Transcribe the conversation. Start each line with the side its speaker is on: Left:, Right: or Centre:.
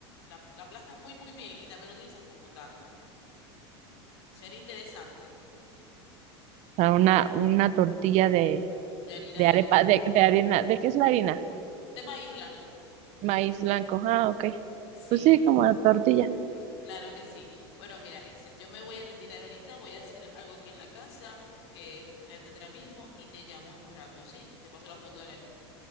Left: la, la aplastan muy muy bien y también lo utilizan como taco. Sería interesante,
Right: O sea, una, una tortilla de,
Left: de harina
Right: de
Left: de,
Right: arepa, de, de harina, ¿de qué es la harina?
Left: de maíz blanco.
Right: Maíz blanco, ah, ok.
Left: Sí,
Right: Pues sí, como la tortilla,
Left: claro que sí. Bueno, mira, Excel, yo me voy a retirar ahorita, voy a hacer algo aquí en la casa, que voy a atender a mi hijo y te llamo en un rato, ¿sí? Te paso la foto de la harina.